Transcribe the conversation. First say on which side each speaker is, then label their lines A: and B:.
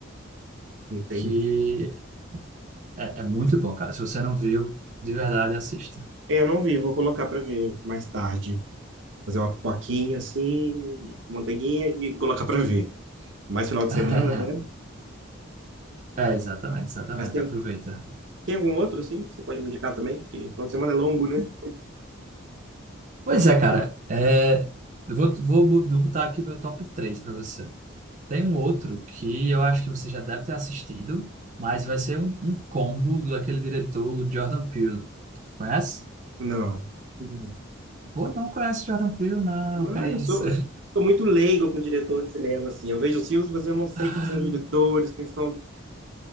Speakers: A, on the right; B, on the right.
A: entende?
B: Que É, é muito bom, cara. Se você não viu, de verdade, assista.
A: É, eu não vi, vou colocar para ver mais tarde. Fazer uma pipoquinha assim, manteiguinha e colocar para ver. Mais final de
B: <laughs>
A: semana, né?
B: É, exatamente, exatamente.
A: Mas tem,
B: Aproveita.
A: tem algum outro assim que você pode me indicar também? Porque final de semana é longo, né?
B: Pois é, cara. é, eu vou, vou bo- botar aqui o meu top 3 para você. Tem um outro que eu acho que você já deve ter assistido, mas vai ser um, um combo daquele diretor Jordan Peele. Conhece?
A: Não.
B: Hum. Pô, não conhece Jordan Peele, não,
A: Não,
B: que é
A: eu
B: isso.
A: sou, eu sou sou muito leigo com diretor de cinema, assim. Eu vejo os filmes, mas eu não sei
B: <laughs>
A: quem são os diretores, quem são